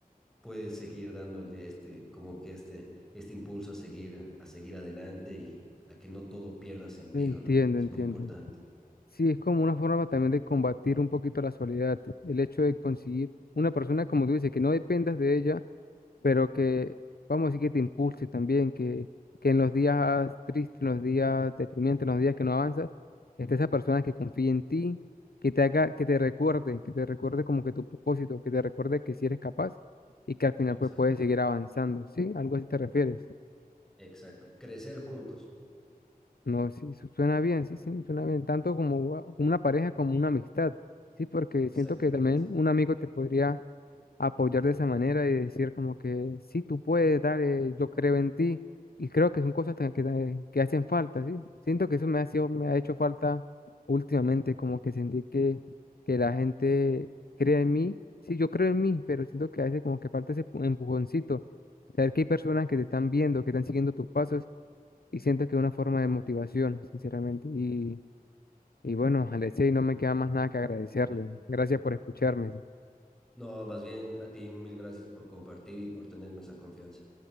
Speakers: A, in the centre; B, on the left (about 80°).
A: puede seguir dándole este, como que este, este impulso a seguir, a seguir adelante y a que no todo pierda sentido,
B: Entiendo,
A: ¿no? Es
B: entiendo.
A: muy importante.
B: Sí, es como una forma también de combatir un poquito la soledad. El hecho de conseguir una persona, como tú dices, que no dependas de ella, pero que, vamos a decir, que te impulse también, que, que en los días tristes, en los días deprimentes, en los días que no avanzas, esté esa persona que confíe en ti, que te haga, que te recuerde, que te recuerde como que tu propósito, que te recuerde que si eres capaz y que al final
A: Exacto,
B: pues puedes seguir avanzando. ¿Sí? Algo así te refieres.
A: exacto. Crecer juntos,
B: No, sí, su- suena bien, sí, sí, suena bien, tanto como va- una pareja como una amistad, sí, porque
A: exactamente.
B: siento que también un amigo te podría apoyar de esa manera y decir como que sí, tú puedes, dale, yo creo en ti, y creo que son cosas ta- que, ta- que hacen falta, sí, siento que eso me ha sido, me ha hecho falta últimamente, como que sentí que, que la gente cree en mí, sí, yo creo en mí, pero siento que a veces como que falta ese pu- empujoncito, saber que hay personas que te están viendo, que están siguiendo tus pasos y siento que es una forma de motivación, sinceramente. Y, y bueno, Alexei, no me queda más nada que agradecerle.
A: Eh,
B: Gracias por escucharme.
A: no, más bien a ti mil gracias por compartir y por tenerme esa confianza.